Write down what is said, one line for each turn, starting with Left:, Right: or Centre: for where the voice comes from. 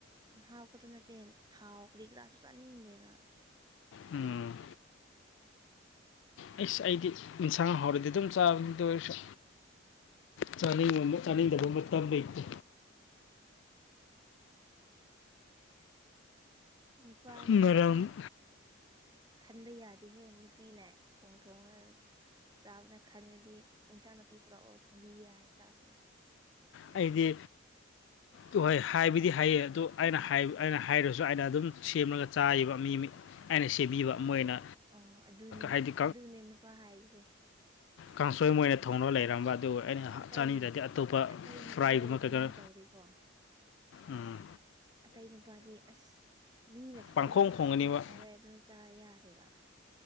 Right: ꯍꯥꯥꯎꯀꯗ ꯅꯠꯇꯦ ꯊꯥꯎ ꯀꯔꯤ ꯀꯔꯥꯁꯨ ꯆꯥꯅꯤꯡꯗꯦꯕ
Left: ꯎꯝ ꯑꯩꯁ ꯑꯩꯗꯤ ꯏꯟꯁꯥꯡ ꯍꯧꯥꯎꯔꯗꯤ ꯑꯗꯨꯝ ꯆꯥꯕꯅꯤꯗ ꯑꯣꯏꯔꯁꯨ ꯆꯥꯅꯤꯡꯕ ꯆꯥꯅꯤꯡꯗꯕ ꯃꯇꯝ ꯂꯩꯇꯦ
Right: ꯅꯨꯄꯥꯅ
Left: ꯃꯔꯝ
Right: ꯏꯟꯁꯥꯡ ꯈꯟꯕ ꯌꯥꯗꯦꯍꯦ ꯅꯨꯄꯤꯅꯦ ꯊꯣꯡ ꯊꯣꯡꯉ ꯆꯥꯕꯅ ꯈꯟꯕꯗꯤ ꯏꯟꯁꯥꯡ ꯅꯥꯄꯤ ꯄꯨꯔꯛꯑꯣ ꯊꯣꯡꯕꯤꯒꯦ ꯍꯥꯏꯕ ꯇꯥꯕꯅꯤ
Left: ꯑꯩꯗꯤ
Right: <inaudible>
Left: ꯑ ꯍꯣꯏ ꯍꯥꯏꯕꯨꯗꯤ ꯍꯥꯏꯌꯦ ꯑꯗꯣ ꯑꯩꯅ ꯑꯩꯅ ꯍꯥꯏꯔꯁꯨ ꯑꯩꯅ ꯑꯗꯨꯝ ꯁꯦꯝꯂꯒ ꯆꯥꯏꯕ ꯃꯤ ꯃꯤ ꯑꯩꯅ ꯁꯦꯝꯦꯕꯤꯕ ꯃꯣꯏꯅ
Right: ꯑꯣ ꯑꯗꯨꯅꯦ
Left: ꯍꯥꯏꯗꯤ
Right: ꯑꯗꯨꯅꯦ ꯅꯨꯄꯥ ꯍꯥꯏꯕꯁꯦ
Left: ꯀꯥꯡꯁꯣꯏ ꯃꯣꯏꯅ ꯊꯧꯅ ꯂꯩꯔꯝꯕ ꯑꯗꯨꯒ ꯑꯩꯅ
Right: ꯑꯇꯩ
Left: ꯆꯥꯅꯤꯡꯗ꯭ꯔꯗꯤ ꯑꯇꯣꯞꯄ
Right: ꯑꯇꯩ ꯅꯨꯄꯥꯗꯤ
Left: ꯐ꯭ꯔꯥꯏꯒꯨꯝꯕ
Right: ꯑꯗꯨꯃꯥꯏꯅ
Left: ꯀꯩꯀꯔꯥ
Right: ꯇꯧꯗꯦꯀꯣ
Left: ꯎꯝ
Right: ꯑꯇꯩ ꯅꯨꯄꯥꯗꯤ ꯑꯁ ꯃꯤꯅ ꯊꯣꯡꯔꯒ
Left: ꯄꯥꯡꯈꯣꯡ ꯈꯣꯡꯒꯅꯦꯕ
Right: ꯍꯥꯎꯋꯦ ꯍꯥꯎꯋꯦ ꯑꯗꯨꯝ ꯆꯥꯔ ꯌꯥꯗꯦꯕ